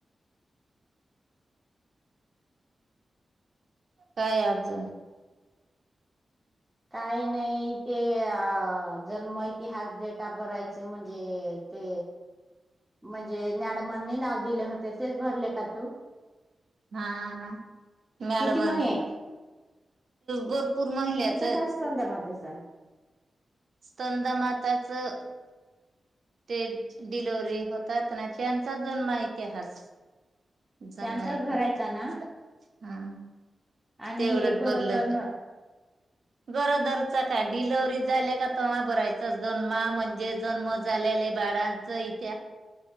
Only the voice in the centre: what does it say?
काही नाही ते अ जन्म इतिहास डेटा भरायचे म्हणजे ते म्हणजे मॅडमांनी नाव दिले होते तेच भरले का तू
किती मग हे?
कस मातसा
त्यांचाच
भरायचा
ना? आणि
हे गरोदर
न